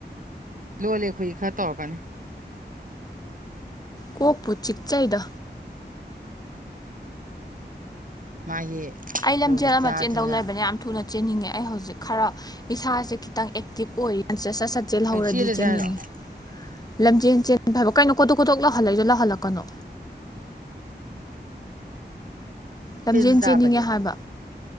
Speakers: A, on the right (about 50°); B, on the left (about 20°).
A: ꯂꯣꯜꯂꯦ ꯑꯈꫭꯏ ꯈꯔ ꯇꯧꯔꯛꯀꯅꯤ
B: ꯀꯣꯛꯄꯨ ꯆꯤꯛꯆꯩꯗ
A: ꯃꯥꯒꯤ
B: ꯑꯩ ꯂꯝꯖꯦꯜ
A: ꯔꯣꯃꯤꯇꯥꯗꯨꯅ
B: ꯑꯃ ꯆꯦꯟꯗꯧ ꯂꯩꯕꯅ ꯌꯥꯝꯅ ꯊꯨꯅ ꯆꯦꯟꯅꯤꯡꯉꯦ ꯑꯩ ꯍꯧꯖꯤꯛ ꯈꯔ ꯏꯁꯥꯁꯦ ꯈꯤꯇꯪ ꯑꯦꯛꯇꯤꯞ ꯑꯣꯏꯔꯤꯀꯟꯁꯤ ꯁꯠ ꯁꯠ ꯆꯦꯜꯍꯧꯔꯗꯤ
A: ꯀꯩꯅꯣ ꯆꯦꯜꯂꯁꯦ
B: ꯆꯦꯟꯅꯤꯡꯉꯤ
A: ꯍꯥꯏꯔꯣ
B: ꯂꯝꯖꯦꯜ ꯆꯦꯟ ꯐꯕ ꯀꯩꯅꯣ ꯀꯣꯇꯣꯛ ꯀꯣꯇꯣꯛꯅ ꯍꯥꯜꯂꯥꯛꯏꯗꯨ ꯂꯥꯛꯍꯜꯂꯛꯀꯅꯣ ꯂꯝꯖꯦꯟ
A: ꯄꯤꯜ ꯆꯥꯕꯗꯤ
B: ꯆꯦꯟꯅꯤꯡꯉꯦ ꯍꯥꯏꯕ